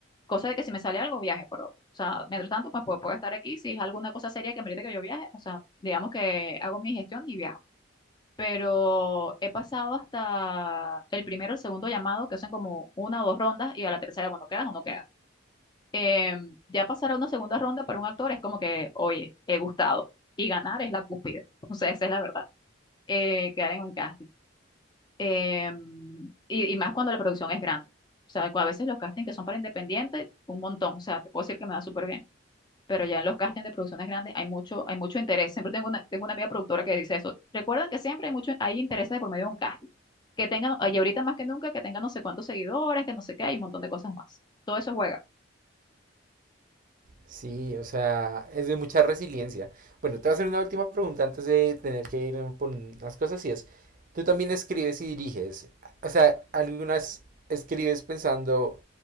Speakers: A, on the left; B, on the right.
A: cosa de que si me sale algo viaje, pero, o sea, mientras tanto, pues puedo, puedo estar aquí, si es alguna cosa seria que merece que yo viaje, o sea, digamos que hago mi gestión y viajo. Pero he pasado hasta el primero, el segundo llamado, que hacen como una o dos rondas, y a la tercera, bueno, quedas o no quedas. Em, ya pasar a una segunda ronda para un actor es como que, oye, he gustado. Y ganar es la cúspide. <laughs> O sea, esa es la verdad eh, quedar en un casting. Em, y, y más cuando la producción es grande. O sea, a veces los castings que son para independientes, un montón. O sea, te puedo decir que me da súper bien. Pero ya en los castings de producciones grandes hay mucho, hay mucho interés. Siempre tengo una, tengo una amiga productora que dice eso. Recuerden que siempre hay mucho, hay interés de por medio de un casting. Que tengan, y ahorita más que nunca, que tengan no sé cuántos seguidores, que no sé qué, hay un montón de cosas más. Todo eso juega.
B: Sí, o sea, es de mucha resiliencia. Bueno, te voy a hacer una última pregunta antes de tener que ir por unas cosas y es, tú también escribes y diriges. O sea, ¿algunas escribes pensando